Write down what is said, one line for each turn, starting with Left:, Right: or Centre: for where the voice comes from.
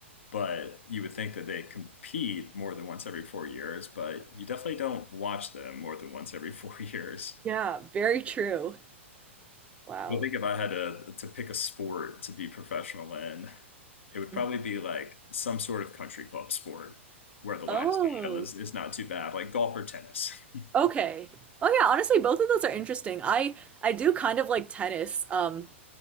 Left: But you would think that they compete more than once every four years, but you definitely don't watch them more than once every four <laughs> years.
Right: Yeah. Very true. Wow.
Left: I think if I had to to pick a sport to be professional in, it would probably
Right: Mm-hmm.
Left: be like some sort of country club sport where the lifestyle
Right: Oh,
Left: is is not too bad, like golf or tennis. <laughs>
Right: okay. Oh yeah, honestly, both of those are interesting. I I do kind of like tennis. Um,